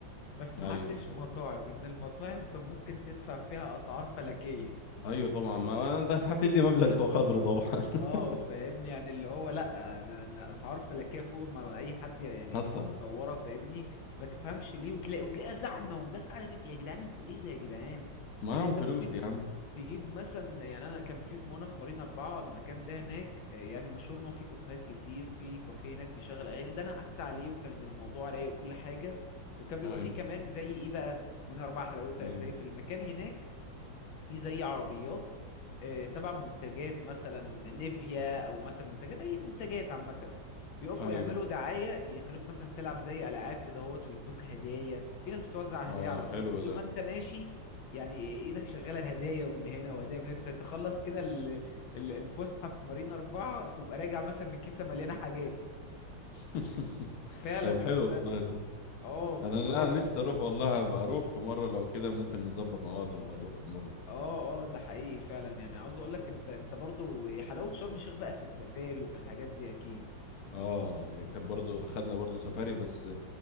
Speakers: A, on the left (about 80°); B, on the left (about 65°).
A: بس
B: ايوه
A: ما قعدتش في مطاعم ان المطاعم كان ممكن تدفع فيها اسعار فلكية
B: ايوه طبعا ما انا دفعت لي مبلغ وقدره طبعا <laughs>
A: اه فاهمني يعني اللي هو لا انا أنا اسعار فلكيه فوق ما اي حد يعني
B: حصل
A: تتصورها فاهمني ما تفهمش ليه وتلاقي وتلاقيها زحمه والناس قاعده فيك يا جدعان انتوا ايه ده يا جدعان
B: معاهم
A: يعني انت
B: فلوس
A: ممكن
B: يا عم
A: تجيب مثلا يعني انا كان في في وانا في مارينا اربعه المكان ده هناك آه، يعني مشهور ان هو في كافيهات كتير وفي كافيه هناك بيشغل اغاني ده انا قعدت عليه وكان الموضوع رايق وكل حاجه وكان بيبقى
B: ايوه
A: فيه كمان زي ايه بقى مارينا اربعه حلاوتها
B: إيه.
A: زي في المكان هناك في زي عربيات آه، تبع منتجات مثلا نيفيا او مثلا منتجات اي منتجات عامه بيقفوا
B: ايوه
A: يعملوا دعايه يخلوك مثلا تلعب زي العاب كده اهوت ويدوك هدايا في ناس بتوزع هدايا
B: اه
A: على طول
B: حلو
A: فطول
B: ده
A: ما انت ماشي يعني ايدك شغاله هدايا ومن هنا وهدايا من هنا انت تخلص كده ال- ال- الفسحه في مارينا اربعه تبقى راجع مثلا من كيسه مليانه حاجات
B: <laughs>
A: فعلا
B: طب
A: صدقني
B: حلو والله ده
A: اه فاللي
B: انا لا
A: هو
B: أنا نفسي اروح والله ابقى اروح في مره لو كده ممكن نظبط مع بعض ونبقى نروح في مره
A: اه اه ده حقيقي فعلا يعني عاوز اقول لك انت انت برضو هي حلاوة شرم الشيخ بقى في السفاري وفي الحاجات دي اكيد
B: اه إيه، كانت برضو خدنا برضو سفاري بس